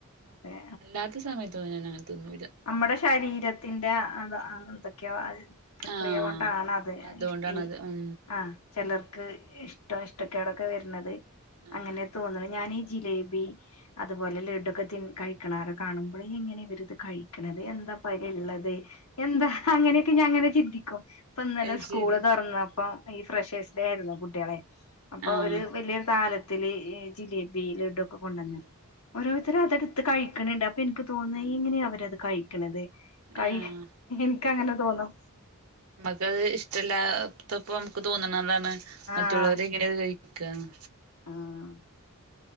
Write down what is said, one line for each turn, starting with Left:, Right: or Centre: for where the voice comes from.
Left: അതെ
Right: അല്ലാത്ത സമയത്തൊന്നും ഞാനങ്ങനെ തിന്നൂല്ല.
Left: അമ്മടെ ശരീരത്തിന്റെ അതാ അങ്ങൻതൊക്കെയാ <unintelligible> പ്രക്രിയോണ്ടാണത്
Right: ആഹ് അതുകൊണ്ടാണത്
Left: ഇഷ് ഈ
Right: ഉം
Left: ആഹ് ചെലർക്ക് ഇഷ്ടം ഇഷ്ടക്കേടൊക്കെ വെര്ന്നത്
Right: ആഹ്
Left: അങ്ങനെ തോന്ന്ണ് ഞാനീ ജിലേബി അതുപോലെ ലഡൊക്കെ തിൻ കഴിക്കണാര കാണുമ്പള് എങ്ങനെ ഇവരിത് കഴി ക്ക്ണത് എന്താ പയ്‌ല്ള്ളത് എന്താ അങ്ങനെക്കെ ഞാങ്ങനെ ചിന്തിക്കും പ്പ ന്നലെ
Right: അത്
Left: സ്കൂള്
Right: ശരി
Left: തൊർന്നപ്പം ഈ ഫ്രഷേഴ്സ് ഡേ യിര്ന്നു കുട്ട്യെളെ അപ്പൊ
Right: ആഹ്
Left: അവര് വെല്ല്യൊരു താലത്തില് ഇ ജിലേബി ലഡൊക്കെ കൊണ്ടന്ന് ഓരോ അവരതെട്ത്ത് കഴിക്ക്ണ് ണ്ട് അപ്പൊ ഇൻക്ക് തോന്ന
Right: ആഹ്
Left: ഇങ്ങനെ അവരത് കഴി ക്ക്ണത് കഴി
Right: ആഹ്
Left: ഇൻക്കങ്ങനെ തോന്നും
Right: <unintelligible> ത് ഇഷ്ടല്ലാത്തപ്പം നമക്ക് തോന്ന്ണതാണ് മറ്റുള്ളവരെങ്ങനെത്
Left: ആഹ്
Right: കഴിക്കന്ന്.
Left: ആഹ്